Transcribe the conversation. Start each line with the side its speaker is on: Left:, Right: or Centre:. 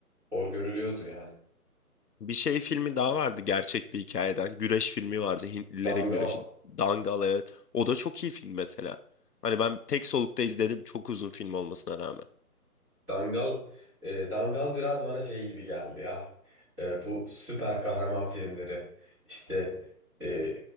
Centre: Hor görülüyordu yani.
Left: Bir şey filmi daha vardı gerçek bir hikayeden. Güreş filmi vardı. Hintlilerin
Centre: Dangal.
Left: güreşi. Dangal evet. O da çok iyi film mesela. Hani ben tek solukta izledim çok uzun film olmasına rağmen.
Centre: Dangal, e, Dangal biraz bana şey gibi geldi ya. E, bu süper kahraman filmleri. İşte e,